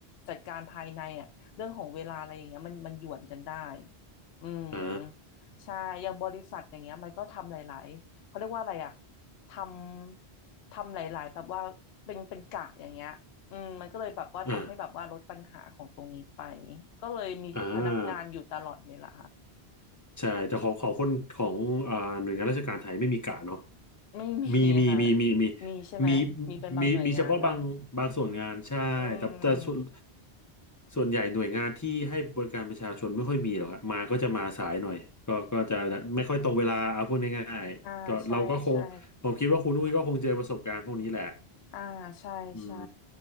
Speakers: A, on the left (about 70°); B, on the left (about 20°).
A: จัดการภายในอ่ะเรื่องของเวลาอะไรอย่างเงี้ยมันมันหย่วนกันได้อืม
B: อ่า
A: ใช่อย่างบริษัทอย่างเงี้ยมันก็ทำหลายๆเขาเรียกว่าอะไรอ่ะทำทำหลายๆแบบว่าเป็นเป็นกะอย่างเงี้ยอืมมันก็เลยแบบว่าทำให้แบบว่าลดปัญหาของตรงนี้ไป
B: อ่า
A: ก็เลยมีพนักงานอยู่ตลอดเวลา
B: อ่า ใช่แต่ของของคนของเอ่อหน่วยงานราชการไทยไม่มีกะเนาะ
A: ไม่มีค่ะ
B: มีมีมีมีมี
A: มีใช่ไหมมีเป็นบางหน่วยงานเนาะ
B: มีมีมีเฉพาะบางบางส่วนงานใช่แต่แต่ส่วน
A: อืม
B: ส่วนใหญ่หน่วยงานที่ให้บริการประชาชนไม่ค่อยมีหรอกครับมาก็จะมาสายหน่อยก็ก็จะไม่ค่อยตรงเวลาเอาพูดง่ายๆก็เราก็คงผมคิดว่าคุณอุ้ยก็คงเจอประสบการณ์พวกนี้แหละ
A: อ่าใช่ใช่อ่าใช่ใช่
B: อืม